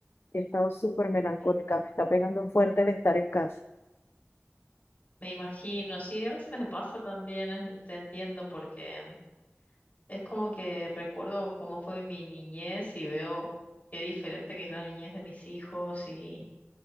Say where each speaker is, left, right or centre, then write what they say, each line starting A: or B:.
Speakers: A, on the left (about 60°); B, on the left (about 40°).
A: He estado súper melancólica,
B: Sí.
A: me está pegando fuerte el estar en casa.
B: Me imagino, sí, a veces me pasa también, eh, te entiendo, porque es como que recuerdo cómo fue mi niñez y veo qué diferente que es la niñez de mis hijos y,